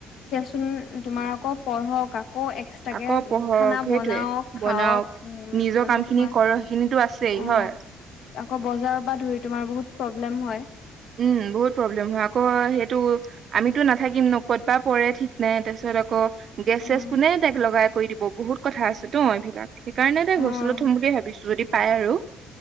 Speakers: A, on the left; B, on the right.
A: চোন তোমাৰ আকৌ পঢ়ক। আকৌ এক্সট্ৰাকে
B: আকৌ পঢ়ক
A: খানা
B: সেইটোৱে
A: বনাওঁক, খাওঁক।
B: বনাওক
A: উম,
B: নিজৰ
A: মানে
B: কাম খিনি
A: তোমাৰ
B: কৰক সেইখিনিতো আছেই
A: অ',
B: হয়।
A: আকৌ বজাৰৰ পৰা ধৰি তোমাৰ বহুত প্ৰব্লেম হয়।
B: উম, বহুত প্ৰব্লেম হয়, আকৌ সেইটো আমিতো নাথাকিম ন ক'ত বা পৰে ঠিক নাই তাৰপিছত। তাৰিছত আকৌ গেছেছ
A: অ',
B: কোনে তক লগাই কৰি দিব বহুত কথা আছে তো এই বিলাক সেইকাৰণে তাই
A: অ',
B: হোচেলত থ'ম বুলিয়ে ভাবিছো যদি পাই আৰু।